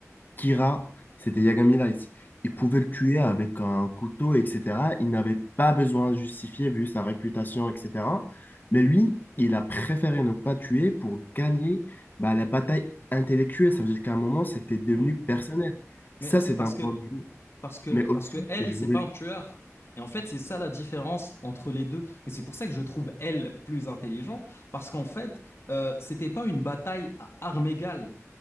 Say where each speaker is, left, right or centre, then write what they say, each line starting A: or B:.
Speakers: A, on the left; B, on the left.
A: Kira, c'était Yagami Light. Il
B: Ouais.
A: pouvait le tuer avec un couteau, etc. Il n'avait pas besoin de justifier vu sa réputation, etc. Mais lui, il a préféré ne pas tuer pour gagner bah, la bataille intellectuelle. Ça veut dire qu'à un moment, c'était devenu
B: Mhm.
A: personnel.
B: Mais
A: Ça,
B: c'est
A: c'est
B: parce
A: d'un point
B: que
A: de vue.
B: Parce que,
A: Mais
B: parce
A: aussi,
B: que elle,
A: et je
B: c'est
A: voulais...
B: pas un tueur. Et en fait, c'est ça la différence entre les deux. Et c'est pour ça que je trouve elle plus intelligent. Parce qu'en fait, euh, c'était pas une bataille à armes égales.